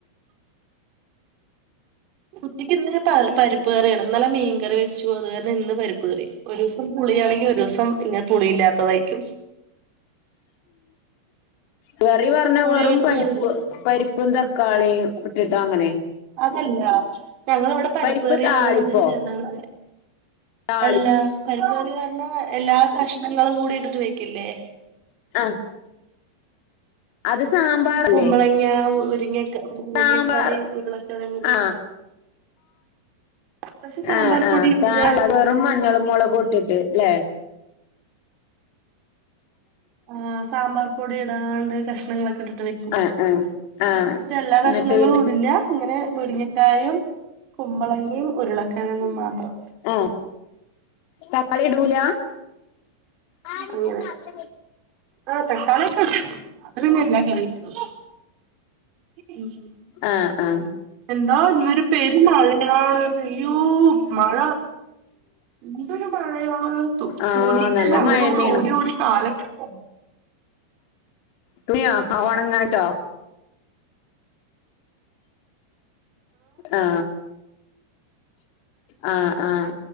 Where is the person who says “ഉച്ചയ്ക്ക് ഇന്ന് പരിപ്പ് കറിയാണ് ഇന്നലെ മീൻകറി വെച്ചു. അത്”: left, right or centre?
Right